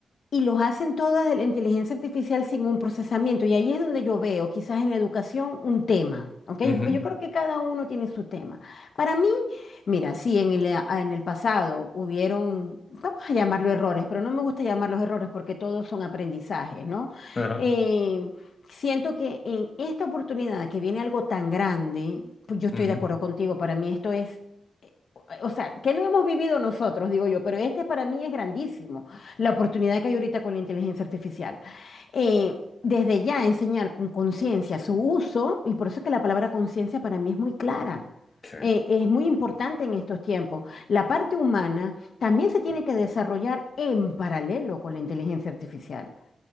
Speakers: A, on the left; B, on the left.
A: los hacen todos desde la inteligencia artificial sin un procesamiento. Y ahí es donde yo veo, quizás en la educación, un tema, ¿ok?
B: Ujú,
A: Porque yo creo que cada uno tiene su tema. Para mí, mira, sí, en el, ah, en el pasado hubieron, vamos a llamarlo errores, pero no me gusta llamarlos errores porque todos son aprendizajes, ¿no?
B: ajá,
A: Eh, siento que en esta oportunidad que viene algo tan grande, pues yo estoy
B: ujú.
A: de acuerdo contigo, para mí esto es o sea, que no hemos vivido nosotros, digo yo, pero este para mí es grandísimo, la oportunidad que hay ahorita con la inteligencia artificial. Eh, desde ya enseñar con conciencia su uso, y por eso es que la palabra conciencia para mí es muy clara.
B: Sí,
A: Eh, es muy importante en estos tiempos. La parte humana también se tiene que desarrollar en paralelo con la inteligencia artificial.